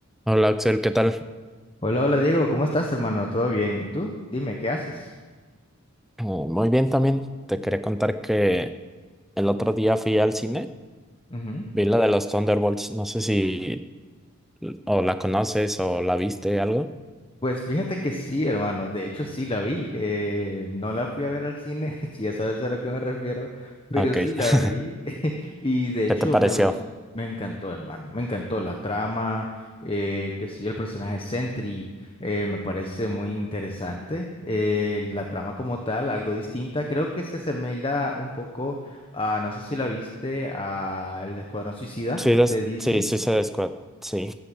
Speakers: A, in the centre; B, on the left.
A: Hola Axel, ¿qué tal?
B: Hola, hola Diego, ¿cómo estás, hermano? ¿Todo bien? ¿Y ¿Tú? Dime, ¿qué haces?
A: Eh, muy bien también. Te quería contar que el otro día fui al cine,
B: Ujú.
A: vi la de los Thunderbolts, no sé si l- o la conoces o la viste algo.
B: Pues fíjate que sí, hermano, de hecho sí la vi, eh, no la fui a ver al cine, <laughs> si ya sabes a lo que me refiero, pero
A: Ok,
B: sí la
A: <laughs>
B: vi <laughs> y de
A: ¿qué
B: hecho
A: te pareció?
B: me gus- me encantó, hermano, me encantó la trama, eh, qué sé yo, el personaje Sentry, eh, me parece muy interesante, eh, la trama como tal, algo distinta, creo que se asemeja un poco a, no sé si la viste, a El Escuadrón Suicida
A: Sí, des-
B: de DC.
A: sí, sí, Suicide Squad, sí.